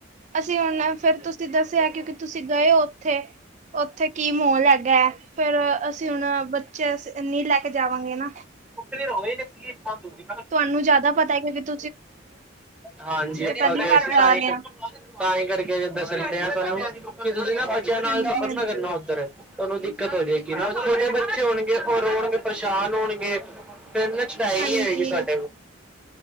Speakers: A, on the right (about 35°); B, in the centre.
A: ਅਸੀਂ ਹੁਣ ਫਿਰ ਤੁਸੀਂ ਦੱਸਿਆ ਕਿਉਂਕਿ ਤੁਸੀਂ ਗਏ ਹੋ ਉੱਥੇ ਉੱਥੇ ਕੀ ਮੋਲ ਹੈਗਾ ਹੈ, ਫਿਰ ਅਸੀਂ ਹੁਣ ਬੱਚੇ ਨਹੀਂ ਲੈ ਕੇ ਜਾਵਾਂਗੇ ਨਾ
B: ਫਿਰ ਹੋ ਗਏ ਨੇ ਫ੍ਰੀ <unintelligible> ਦੂਗੀ ਨਾ
A: ਤੁਹਾਨੂੰ ਜ਼ਿਆਦਾ ਪਤਾ ਹੈ ਕਿਉਂਕਿ ਤੁ
B: ਹਾਂਜੀ,
A: ਪਹਿਲੀ
B: ਤੁਹਾਡੇ ਏ
A: ਵਾਰ
B: ਸੀ
A: ਜਾ
B: ਤਾਂ ਹੀ
A: ਰਹੇ
B: ਕਰ,
A: ਹਾਂ
B: ਤਾਂ ਹੀ ਕਰਕੇ ਦੱਸਣ ਡੇਆ ਤੁਹਾਨੂੰ ਤੁਸੀਂ ਨਾ ਬਚਿਆ ਨਾਲ
A: ਹਾਂਜੀ
B: ਸਫ਼ਰ
A: ਹਾਂਜੀ
B: ਨਾ ਕਰਨਾ ਉੱਧਰ। ਤੁਹਾਨੂੰ ਦਿੱਕਤ ਹੋ ਜਾਏਗੀ ਨਾ, ਛੋਟੇ ਬੱਚੇ ਹੋਣਗੇ, ਉਹ ਰੋਣਗੇ, ਪਰੇਸ਼ਾਨ ਹੋਣਗੇ। ਫਿਰ ਨਾ ਛਡਾਈ
A: ਹਾਂਜੀ
B: ਹੋਏਗੀ ਸਾਡ